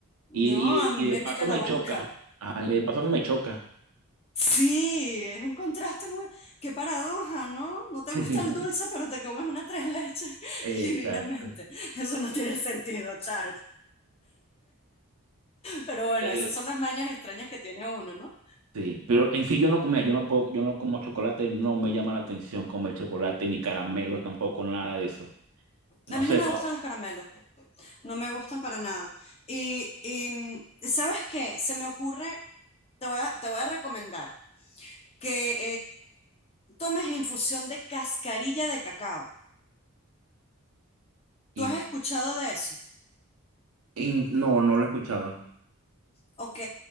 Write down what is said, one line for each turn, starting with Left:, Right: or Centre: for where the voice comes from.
Right: Y,
Left: No, a
Right: y,
Left: mí
Right: y de
Left: me
Right: paso
Left: pica la
Right: me
Left: boca.
Right: choca. Ay, de paso a mí me choca.
Left: Sí, es un contraste muy... Qué paradoja, ¿no? No te
Right: <laughs>
Left: gusta el dulce, pero te comes una tres leches
Right: Exacto.
Left: <laughs> divinamente. Eso no tiene sentido, Charles. Pero bueno,
Right: El-
Left: esas son las mañas extrañas que tiene uno, ¿no?
Right: sí, pero en sí yo no, mira, yo no puedo, yo no como chocolate, no me llama la atención comer chocolate, ni caramelo, tampoco nada de eso. No
Left: A mí
Right: sé,
Left: no me
Right: no.
Left: gustan los caramelos, no me gustan para nada. Y, y, mm, ¿sabes qué? Se me ocurre, te voy a, te voy a recomendar que eh, tomes infusión de cascarilla de cacao. ¿Tú
Right: Y,
Left: has escuchado de eso?
Right: y no, no lo he escuchado.
Left: Ok,